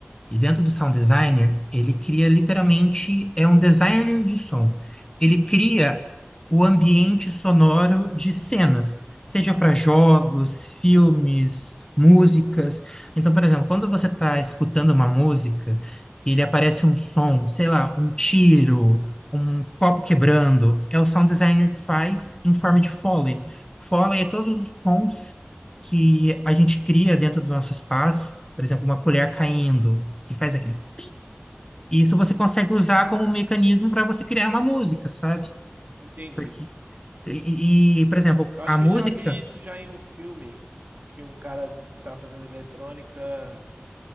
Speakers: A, on the left (about 15°); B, on the right (about 45°).
A: E dentro do sound designer, ele cria literalmente, é um designer de som. Ele cria o ambiente sonoro de cenas, seja para jogos, filmes, músicas. Então, por exemplo, quando você está escutando uma música, ele aparece um som, sei lá, um tiro, um copo quebrando, é o sound designer que faz em forma de Foley. Foley é todos os sons que a gente cria dentro do nosso espaço, por exemplo, uma colher caindo que faz aquele. E isso
B: Uhum,
A: você consegue usar como um mecanismo para você criar uma música, sabe?
B: entendi.
A: Porque e, e, por exemplo,
B: Eu acho
A: a música
B: que eu já vi isso já em um filme que um cara que tava fazendo eletrônica,